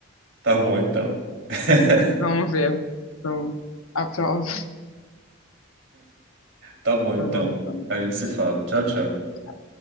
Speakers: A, on the right; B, on the left.
A: Tá bom então. <laughs>
B: Vamos ver. Então, aprovo.
A: Tá bom
B: Tá
A: então.
B: bom, tá bom,
A: A gente se fala. Tchau, tchau.
B: tá bom.